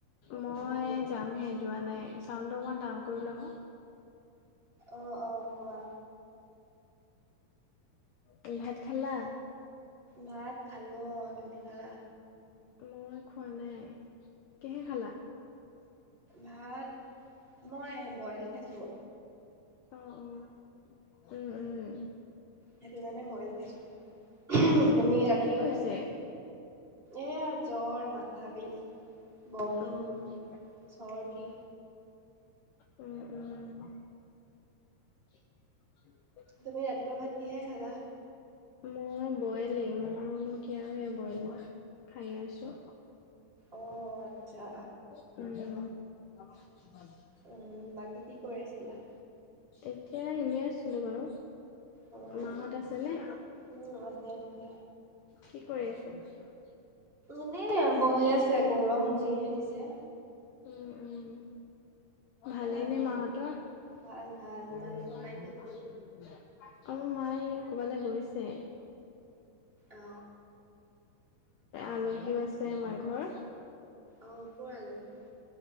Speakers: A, on the left; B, on the right.
A: মই যামহে, যোৱা নাই চাউণ্ডটো অকণমান ডাঙৰ কৰি লোৱা হোন।
B: অ', অ', কোৱা।
A: অ', ভাত খালা?
B: ভাত খালো অ'। তুমি খালা
A: মই খোৱা নাই, কিহে খালা?
B: ভাত মই বইল খাইছোঁ।
A: অ', অ', উম, উম।
B: সেইটো কাৰানে বইল খাইছোঁ।
A: অ
B: তুমি ৰাতিপুৱা
A: কি হৈছে?
B: ভাত খোৱা এয়া জ্বৰ, মাথা বিষ, বমি।
A: অ',
B: চৰ্দী।
A: উম, উম। <unintelligible>
B: তুমি ৰাতিপুৱা ভাত কিহে খালা?
A: মই বইলে মোৰো নো কি আৰু এই বইল ভাত। খাই আছোঁ।
B: অ', আচ্ছা।
A: উম।
B: উম, বাকী কি কৰি আছিলা?
A: তেতিয়া এনেই আছিলোঁ বাৰু।
B: উম
A: মাহঁত আছে নে?
B: উম আছে আছে
A: কি কৰি আছে?
B: এনেই বহি আছে গৰম যিহে দিছে।
A: উম, উম। ভালেই
B: অ
A: নে মাহঁতৰ
B: ভাল ভাল তোমালোকৰ
A: <unintelligible>
B: মাই কি কৰি
A: অ', মা এই ক' বালে গৈছে।
B: অ
A: আলহীও আছে আমাঘৰ।
B: অ', ক' ৰ আলহি?